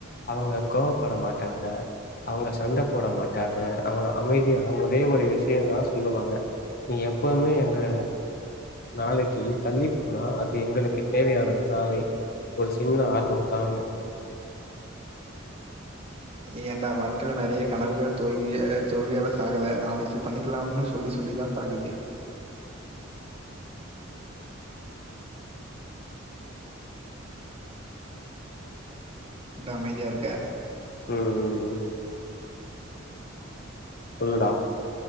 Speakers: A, on the left; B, on the right.
A: அவங்க கோவப்பட மாட்டாங்க அவங்க சண்ட போட மாட்டாங்க அவங்க அமைதி ஒரே ஒரே விஷயம் தா சொல்லுவாங்க நீ எப்பவுமே எங்கள நாளைக்கு தள்ளி போனா அது எங்களுக்கு தேவையானது நாளை ஒரு சின்ன ஆர்வம் தான்னு
B: ஏடா வாழ்க்கையில நிறைய கனவுகள் தோல்வி தோல்வியால சாகல நாளைக்கு பண்ணிக்கலாம்னு சொல்லி சொல்லிதா சாகுது என்டா அமைதியா இருக்க
A: ம் ம் சொல்லுடா